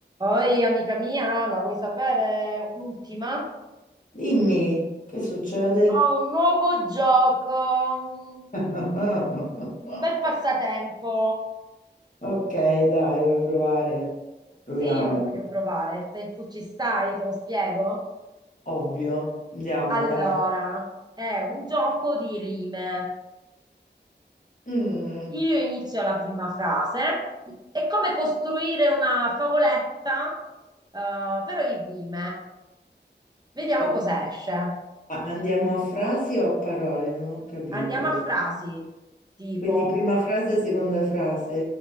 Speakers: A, on the right (about 20°); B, on the left (about 45°).
A: Oi, amica mia, la vuoi sapere l'ultima?
B: Dimmi, che succede?
A: Ho un nuovo gioco, un
B: <laughs>
A: un bel passatempo.
B: Ok, dai, vuoi provare? Proviamo.
A: Sì, io lo voglio provare. Te- tu ci stai? Te lo spiego?
B: Ovvio, andiamo,
A: Allora,
B: dai.
A: è un gioco di rime.
B: Mm,
A: Io inizio la prima frase. È come costruire una favoletta, eh, però in rime. Vediamo
B: ok.
A: cosa esce.
B: Ma andiamo a frasi o a parole? Non ho capito
A: Andiamo
B: questo.
A: a frasi tipo.
B: Quindi prima frase, seconda frase?